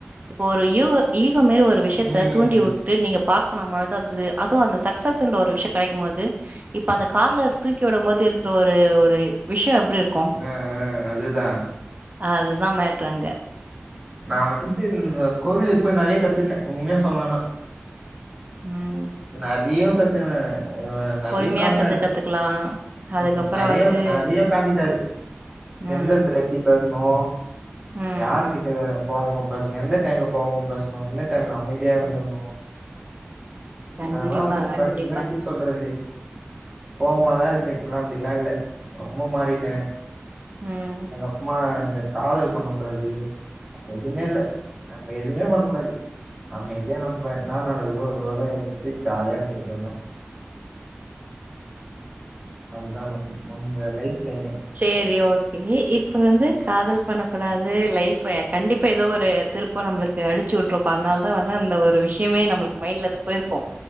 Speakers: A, on the right; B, on the right.
A: இப்போ ஒரு யூக ஈகோ மேரி ஒரு விஷ்யத்த
B: ம்
A: தூண்டிவுட் டு நீங்க பாஸ் பண்ண மாழ்தா அத்துது அது அந்த ச்க்சஸ்ன்ற ஒரு விஷ்ய கடைக்குமோது இப்ப அந்த கார்லர் தூக்கி கி உட மோது இருக்குற ஒரு ஒரு விஷ்யோ எப்டி இருக்
B: அ அ அதுதா
A: அதுதா மேட்ரு அங்க
B: நா வந்துத்து இல்வ கோவிலுக் போய் நறைய கத்துக்ன உண்ம்ய சொல்னுன்னா
A: ம்
B: நிறயோ கத்தக்குன இவ நெறிய
A: பொறுமையா
B: காட்ட்டாரு
A: இருக்கறது கத்துக்கலா அதுக்கப்புற
B: ஆம்மா நறியோ
A: வந்து
B: நறியோ காட்டிட்டாரு
A: ம்
B: எந்த எடத்துல எப்டி பேசணு
A: ம்
B: யாரு கிட் ட கோவமா பேசணு எந்த டைம்ல கோவமா பேசணு எந்த டைம்ல அமைதியா இருந்தரணு
A: கண்டிப்பா
B: அதெல்லா வந்து
A: கண்டிப்பா
B: படுத்தன்னா எப்டி சொல்றது கோவமாதா இருப்பே இப்பல்லா அப்டில்லா இல்ல ரொம்ப மாறிட்டே
A: ம்
B: அதக்கப்பமா இந்த காதல் பண்ண கூடாது எதுமே இல்ல நம்ம எதுமே பண்ண கூடாது அமை தியா நம்ப ன்னா நடக்குதோ அதோட இருந்துட்டு ஜாலியா இருந்துட்டு போயிர்ணு அவ்ள்தா நம்ளுக்கு நம்ப லைஃப் லைனே
A: சேரி ஓக்கே இப்ப வந்து காதல் பண்ண கூடாது லைஃப்பு கண்டிப்பா ஏதோ ஒரு திருப்போ நம்ளு க்கு அடிச்சி வுட்ருக்கு அதனால தா வந்து அந்த ஒரு விஷ் இப்பையுமே நம்மளுக்கு மைண்ட்ல இருந்து போயிருக்கு